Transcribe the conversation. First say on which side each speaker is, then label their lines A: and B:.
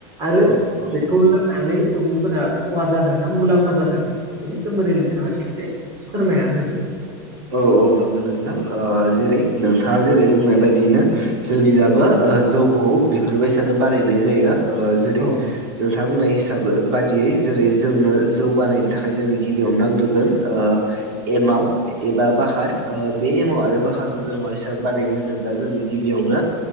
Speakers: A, on the right; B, on the right.
A: आरो
B: औ औ
A: बेखौ लोंनानै सुबुंफोरा खहा जादों ना मुलाम्फा जादों बेनि सोमोन्दै नोंथाङा एसे फोरमायना होदो।
B: औ औ हागोन नोंथां जेरै नोंथाङा जेरै बुंनाय बायदियैनो जोंनि दाबो जौखौ बेफोरबायदिानो बानायनाय जायो ओ जेरै
A: औ
B: नोंथां बुंनाय हिसाबै बादियै जेरै जोंनो जौ बानायनो थाखाय जों गिबियावनो नांग्रोगोन ओ एमाव एबा बाखार ओ बे एमाव आरो बाखारखौ जों बानाय होनोब्ला जोंनि गिबियावनो